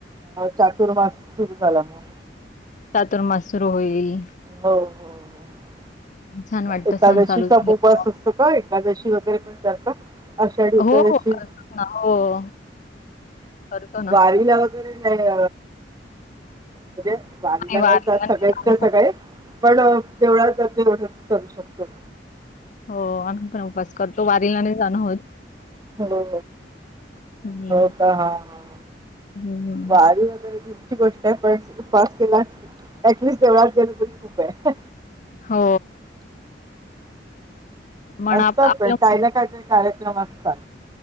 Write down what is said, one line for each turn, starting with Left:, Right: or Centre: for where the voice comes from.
Right: चातुर्मास सुरू झाला मग
Left: चातुर्माास सुरू होईल
Right: हो हो.
Left: छान वाटतं
Right: एकादशीचा
Left: सण चालू झाले
Right: ब
Left: का
Right: बस असतो का एकादशी वगैरे पण जातात अशा
Left: मग
Right: ठिकाणीशी
Left: हो, हो. करतो ना. हो, करतो ना.
Right: वारी लाव वगैरे नाही म्हणजे वालीला नाही
Left: वारीला
Right: जात सगळे
Left: जाणं होत.
Right: सगळे पण तेवढा ज एवढंच करू शकतो
Left: हो आम्ही पण उपास करतो वारीलाने जाण आहोत
Right: हो
Left: हं,
Right: हो का हा ह
Left: हं.
Right: बाारी वगैरेची गोष्ट आहे पण उपवास केला ऍटलिस्ट देवळात गेल तरी खूप आहे
Left: हो मन
Right: असतात
Left: आप आपलं
Right: पण काही ना काय का कार्यक्रम असतात